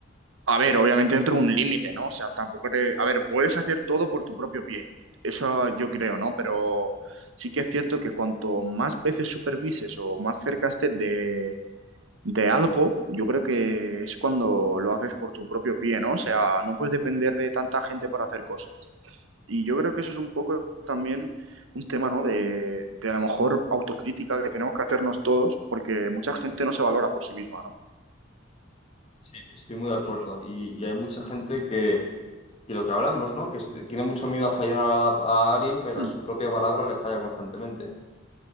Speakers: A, on the right; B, on the left.
A: a ver, obviamente dentro de un límite, ¿no? O sea, tampoco te... A ver, puedes hacer todo por tu propio pie, eso yo creo, ¿no? Pero sí que es cierto que cuanto más veces supervises o más cerca estés de, de algo, yo creo que es cuando lo haces por tu propio pie, ¿no? O sea, no puedes depender de tanta gente para hacer cosas. Y yo creo que eso es un poco también un tema, ¿no? De, de a lo mejor autocrítica que tenemos que hacernos todos, porque mucha gente no se valora por sí misma, ¿no?
B: Sí, estoy muy de acuerdo. Y, y hay mucha gente que Y lo que hablamos, ¿no? Que este- tiene mucho miedo a fallar a, la- a alguien, pero
A: Hmm.
B: a su propia palabra le falla constantemente.